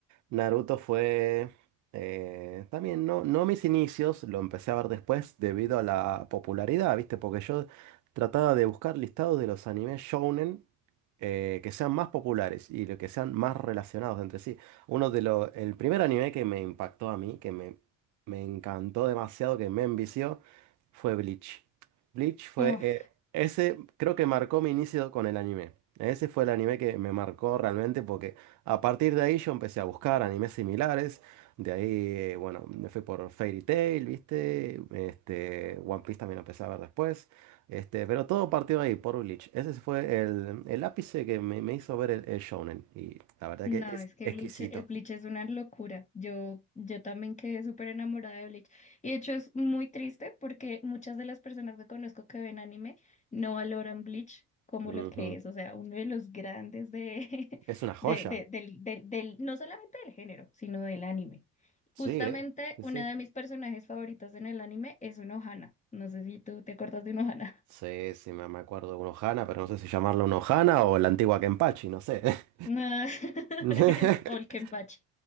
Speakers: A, on the right; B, on the left.
A: Naruto fue eh, también no, no mis inicios, lo empecé a ver después debido a la popularidad, ¿viste? Porque yo trataba de buscar listados de los animes shounen eh, que sean más populares y lo que sean más relacionados entre sí. Uno de los, el primer anime que me impactó a mí, que me, me encantó demasiado, que me envició, fue Bleach. Bleach fue,
B: Uf.
A: eh, ese creo que marcó mi inicio con el anime. Ese fue el anime que me marcó realmente porque a partir de ahí yo empecé a buscar animes similares. De ahí, eh, bueno, me fui por Fairy Tail, ¿viste? Este, One Piece también lo empecé a ver después. Este, pero todo partió ahí, por Bleach. Ese fue el, el ápice que me, me hizo ver el, el shounen. Y la verdad
B: No,
A: que es
B: es que
A: exquisito.
B: Bleach, eh, Bleach es una locura. Yo, yo también quedé súper enamorada de Bleach. Y de hecho es muy triste porque muchas de las personas que conozco que ven anime no valoran Bleach como
A: Ujú.
B: lo que es. O sea, uno de los grandes de, <laughs>
A: Es una joya.
B: de, de- del, del, del- no solamente del género, sino del anime.
A: Sí,
B: Justamente
A: ¿eh? Sí,
B: una
A: sí.
B: de mis personajes favoritos en el anime es una Ohana. No sé si tú te acuerdas de una Ohana.
A: Sí, sí, me me acuerdo de un Ohana, pero no sé si llamarlo un Ohana o la antigua Kenpachi, no sé. <laughs>
B: No. <laughs>
A: <laughs>
B: O el Kenpachi.